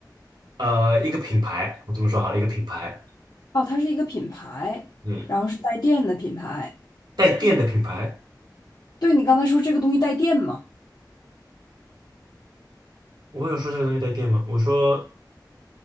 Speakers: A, on the right; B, on the left.
A: 呃一个品牌。我这么说好了，一个品牌。
B: 哦，它是一个品牌，
A: 嗯，
B: 然后是带电的品牌。
A: 带电的品牌。
B: 对，你刚才说这个东西带电吗？
A: 我有说这个东西带电吗？我说